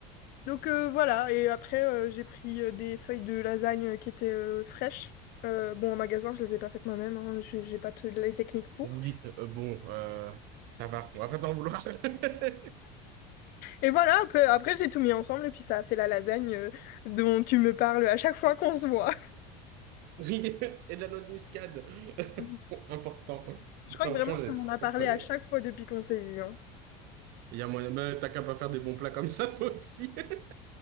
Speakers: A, on the left; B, on the right.
A: Donc euh, voilà, et après euh, j'ai pris euh, des feuilles de lasagne euh, qui étaient euh, fraîches. Euh, bon, en magasin, je les ai pas faites moi-même, hein, j'ai j'ai pas toutes les techniques pour.
B: Oui, euh, bon, euh, ça va. On va pas t'en vouloir. <laughs>
A: Et voilà, un peu- après j'ai tout mis ensemble et puis ça a fait la lasagne euh, dont tu me parles à chaque fois qu'on se voit.
B: Oui, <laughs> et de la noix de muscade. <laughs>
A: <laughs>
B: Important.
A: Je
B: Non,
A: crois que vraiment
B: Franchement,
A: tu
B: j'ai
A: m'en
B: trop,
A: as parlé
B: trop aimé.
A: à chaque fois depuis qu'on s'est vu. hein.
B: Il y a moyen, bah, t'as qu'à pas faire des bons plats comme ça, toi aussi. <laughs>